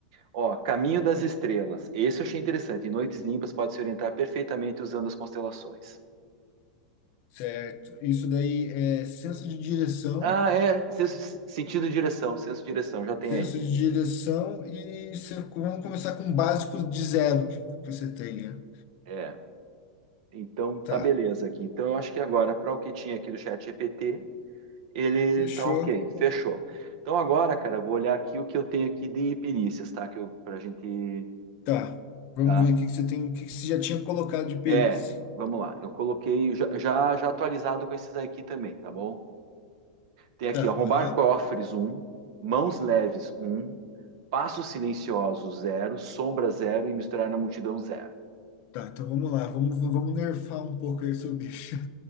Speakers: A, on the right; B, on the left.
A: Ó, Caminho das Estrelas. Esse eu achei interessante. Em noites limpas pode se orientar perfeitamente usando as constelações.
B: Certo. Isso daí é senso de direção.
A: Ah, é. senso- sentido de direção. Senso de direção, já tem
B: senso
A: aí.
B: de direção e você, vamos começar com básicos de zero que, que você tenha.
A: É. Então, tá
B: Tá,
A: beleza aqui. Então, eu acho que agora, para o que tinha aqui do chat GPT, ele
B: fechou.
A: tá ok. Fechou. Então, agora, cara, eu vou olhar aqui o que eu tenho aqui de perícias, tá? Que eu, pra gente.
B: Tá, vamos
A: Tá?
B: ver o que, que você tem, o que, que você já tinha colocado de perícia.
A: É, vamos lá. Eu coloquei já, já, já atualizado com esses aqui também, tá bom? Tem aqui,
B: Tá,
A: ó, arrombar
B: aham.
A: cofres um, mãos leves um, passos silenciosos zero, sombra zero e misturar na multidão zero.
B: Tá, então vamos lá, vamos, vamos nerfar um pouco aí seu bicho. <laughs>